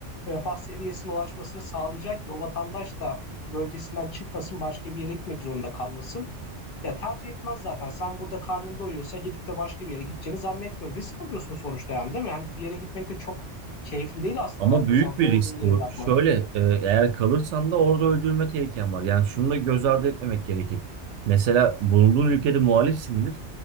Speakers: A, on the left; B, on the right.
A: refah seviyesine ulaşmasını sağlayacak ki o vatandaş da bölgesinden çıkmasın başka bir yere gitmek zorunda kalmasın. Ya tercih etmez zaten. Sen burada karnın doyuyorsa gidip de başka bir yere gideceğini zannetmiyorum. Risk alıyorsun sonuçta yani değil mi? Hani bir yere gitmek de çok keyifli değil aslında
B: Ama
A: baktığın
B: büyük
A: zaman
B: bir
A: doğduğun
B: risk
A: yeri
B: bu.
A: bırakmak.
B: Şöyle e, eğer kalırsan da orada öldürülme tehliken var. Yani şunu da göz ardı etmemek gerekir. Mesela bulunduğun ülkede muhalifsindir.